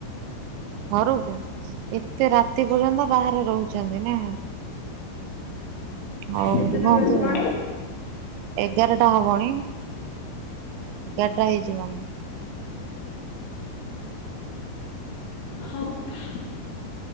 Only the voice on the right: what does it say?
ଘରକୁ। ଏତେ ରାତି ପର୍ଯ୍ୟନ୍ତ ବାହାରେ ରହୁଚନ୍ତି ନା। ହୋଉ
ରୁହନ୍ତୁ
ଆଉ। ଏଗାରଟା ହବଣି ଏଗାରଟା ହେଇଯିବଣି।